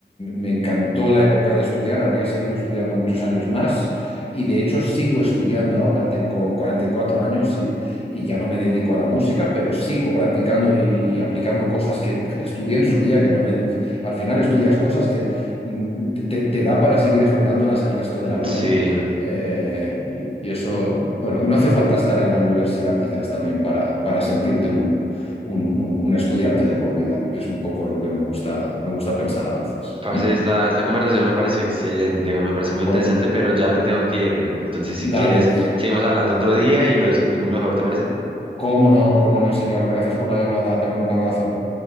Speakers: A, on the left; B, on the right.
A: me encantó la época de estudiar, habría seguido estudiando muchos años más y de hecho sigo estudiando ahora. Tengo 44 años y, y ya no me dedico a la música, pero sigo practicando y, y aplicando cosas que estudié en su día, que no me... di- Al final estudias cosas que mm, te, te te da para seguir explorándolas el resto de la vida,
B: Sí,
A: ¿no? Eh, y, y eso, bueno, no hace falta estar en la universidad quizás también para, para sentirte un, un- un- un estudiante de por vida. Es un poco lo que me gusta, me gusta pensar a veces.
B: parce, esta, esta conversación me pareció excelente, me pareció muy
A: Bueno,
B: interesante, pero ya me tengo que ir. güey. Entonces, si
A: dale,
B: quieres, seguimos hablando otro día y lo discutimos mejor, ¿te parece?
A: cómo no, cómo no, señor. Gracias por la llamada. Te mando un abrazo.